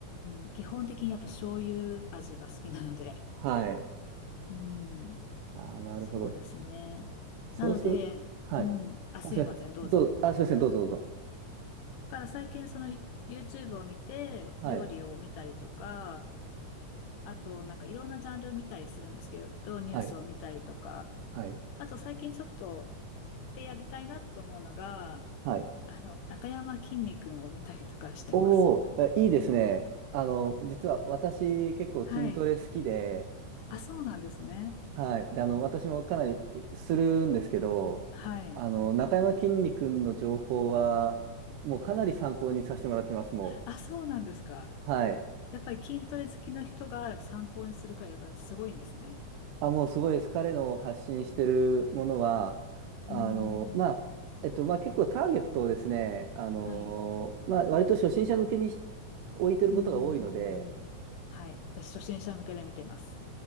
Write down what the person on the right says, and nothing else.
はい。
ああ、なるほど。
そうする、
はい。
あ、
すいません。
どう、
あ、すいません、どうぞどうぞ。
はい。
はい。はい。
はい。
おおえいいですね。あの、実は私結構筋トレ好きで、
はい。で、あの、私もかなりするんですけど、
あの、中山きんに君の情報は、もうかなり参考にさせてもらってます、も
う。はい。
あ、もうすごいです。彼の発信してるものは、あの、
まあ、えっと、まあ結構ターゲットをですね、あの、
まあ割と初心者向けにし置いてることが多いので、